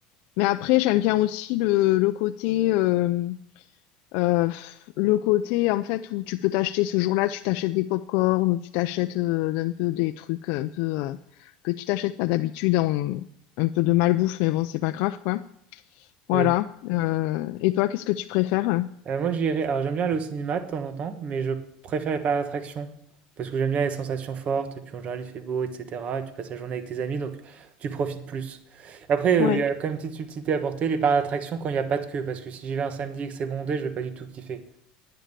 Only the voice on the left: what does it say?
Mais après, j'aime bien aussi le, le côté. euh, euh, le côté en fait où tu peux t'acheter ce jour-là, tu t'achètes des pop corn ou tu t'achètes euh, un peu des trucs un peu euh, que tu t'achètes pas d'habitude, en- un peu de malbouffe, mais bon, c'est pas grave quoi. Voilà.
Euh, et toi, qu'est-ce que tu préfères?
Ouais,